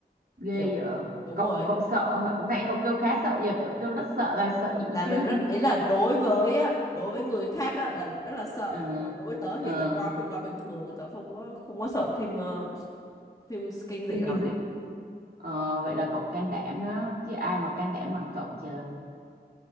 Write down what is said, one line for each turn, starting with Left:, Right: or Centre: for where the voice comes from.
Right: ghê
Left: Kiểu
Right: vậy
Left: đúng
Right: cậu
Left: rồi.
Right: cậu sợ hả? nãy cậu kêu khá sợ giờ cậu kêu rất sợ là sợ dữ
Left: là
Right: chưa
Left: mình
Right: <laughs>
Left: rất ý là đối với á, đối với người khác á, là rất là sợ
Right: ờ
Left: còn đối với tớ thì
Right: ờ,
Left: tớ coi phim đó bình thường tớ không có không có sợ phim ờ, phim kinh dị
Right: phim
Left: lắm
Right: kinh dị ờ, vậy là cậu can đảm đó chứ ai mà can đảm bằng cậu trời